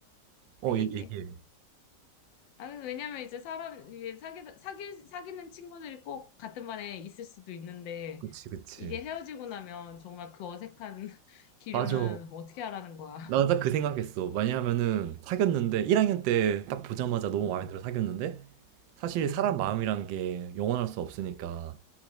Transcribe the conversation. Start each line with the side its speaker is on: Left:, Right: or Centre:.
Right: 어,
Left: 아, 얘기해.
Right: 얘- 얘기해.
Left: 아, 왜냐면 이제 사람, 이제 사귀, 사귀, 사귀는 친구들이 꼭 같은 반에 있을 수도 있는데,
Right: 그치, 그치.
Left: 이게 헤어지고 나면 정말 그 어색한 <laughs> 기류는
Right: 맞아.
Left: 어떻게 하라는 거야.
Right: 나 딱 그 생각했어. 왜냐하면은, 사귀었는데, 1학년
Left: 응,
Right: 때 딱 보자마자 너무
Left: 응
Right: 마음에 들어 사귀었는데, 사실
Left: 응.
Right: 사람 마음이란 게 영원할 수 없으니까,